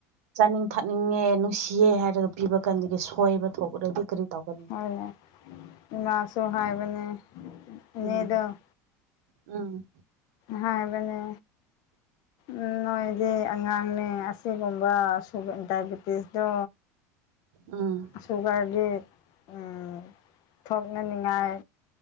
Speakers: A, on the right (about 80°); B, on the left (about 50°).
A: ꯆꯥꯅꯤꯡ ꯊꯛꯅꯤꯡꯉꯦ ꯅꯨꯡꯁꯤꯌꯦ ꯍꯥꯏꯔꯒ ꯄꯤꯕ ꯀꯥꯟꯗꯒꯤ ꯁꯣꯏꯕ ꯊꯣꯛꯄꯗꯤ ꯀꯔꯤ ꯇꯧꯒꯅꯤ
B: ꯍꯣꯏ ꯍꯣꯏ ꯉꯥꯁꯨ ꯍꯥꯏꯕꯅꯦ ꯏꯅꯦꯗꯣ
A: ꯎꯝ ꯎꯝ
B: ꯍꯥꯏꯕꯅꯦ ꯎꯝ ꯅꯣꯏ ꯁꯤ ꯑꯉꯥꯡꯅꯦ ꯑꯁꯤꯒꯨꯝꯕꯨ ꯗꯥꯏꯕꯤꯇꯤꯁꯇꯣ
A: ꯎꯝ
B: ꯁꯨꯒꯔꯗꯤ ꯎꯝ ꯊꯣꯛꯅꯅꯤꯡꯉꯥꯏ